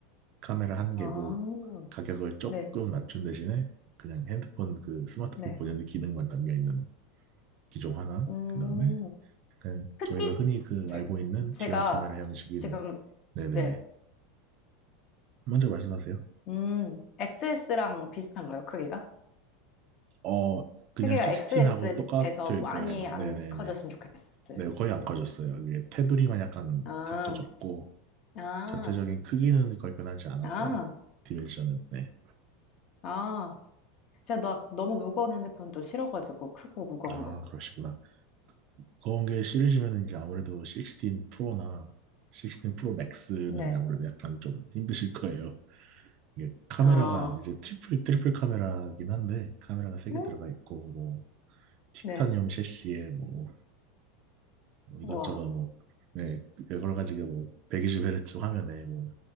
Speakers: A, on the right; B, on the left.
A: 카메라 한
B: 아,
A: 개고 가격을 조금
B: 네,
A: 낮춘 대신에 그냥 핸드폰 그 스마트폰
B: 네.
A: 본연의 기능만 담겨 있는 기종 하나.
B: 음,
A: 그다음에 그냥
B: 크기
A: 저희가 흔히 그
B: 보세요.
A: 알고 있는
B: 제가
A: 듀얼 카메라 형식인
B: 지금,
A: 네네네.
B: 네,
A: 먼저 말씀하세요.
B: 음, XS랑 비슷한가요, 크기가?
A: 어, 그냥
B: 크기가
A: 16하고
B: XS에서
A: 똑같을
B: 많이
A: 거예요.
B: 안
A: 네네네.
B: 커졌으면 좋겠어요.
A: 네, 거의 안 커졌어요. 이게 테두리만 약간
B: 아,
A: 각져졌고,
B: 아,
A: 전체적인 크기는 거의 변하지 않았어요.
B: 아,
A: 디멘션은, 네.
B: 아. 제가 나 너무 무거운 핸드폰 또 싫어가지고, 크고 무거운
A: 아,
B: 거.
A: 그러시구나. 그런 게 싫으시면 이제 아무래도 16 프로나 16 프로 맥스는
B: 네,
A: 아무래도 약간 좀 힘드실 거예요. 이게 카메라가
B: 아,
A: 이제 트리플, 트리플 카메라긴 한데, 카메라가 세
B: 네,
A: 개 들어가 있고, 뭐, 티타늄
B: 네.
A: 셰시에 뭐, 뭐 이것저것
B: 우와.
A: 뭐, 네, 여러 가지가 뭐, 120Hz 화면에 뭐,